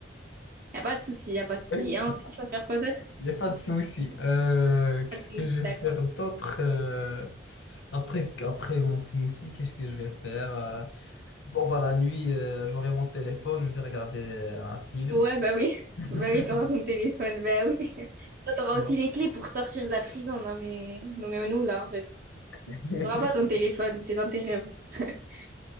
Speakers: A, on the right; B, on the left.
A: Y a pas de souci, y a pas de souci.
B: <laughs>
A: Et ensuite, tu vas faire quoi d'autre?
B: Il n'y a pas de souci. Euh, qu'est-ce
A: Pas de souci,
B: que je vais
A: d'accord.
B: faire d'autre euh, après, après mon smoothie, qu'est-ce que je vais faire? euh, bon, bah, la nuit, euh, j'aurai mon téléphone, je vais regarder euh, un film.
A: Ouais, bah oui. <laughs>
B: <laughs>
A: Bah oui, t'auras ton téléphone. Bah oui. <laughs> Toi, T'auras
B: Voilà.
A: aussi les clés pour sortir de la prison. Non, mais, non, mais nous, là, en fait.
B: <laughs>
A: T'auras pas ton téléphone, c'est dans tes rêves. <laughs>